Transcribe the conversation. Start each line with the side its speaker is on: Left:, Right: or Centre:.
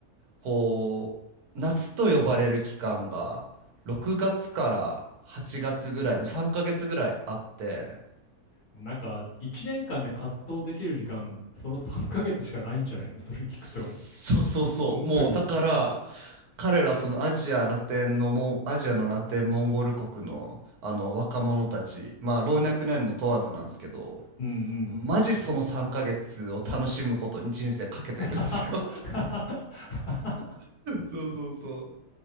Right: こう、夏と呼ばれる期間が、6月から8月ぐらいの3ヶ月ぐらいあって、
Left: もうなんか、1年間で活動できる時間、その3ヶ月しかないんじゃないのそれ聞くと。
Right: そうそうそう、
Left: 本当に。
Right: もうだから、彼らそのアジアラテンのもアジアのラテンモンゴル国のあの若者たちまあ老若男女問わずなんですけど
Left: うんうん。
Right: マジその3ヶ月を楽しむことに人生かけてるんですよ
Left: <laughs>
Right: <laughs> そうそうそ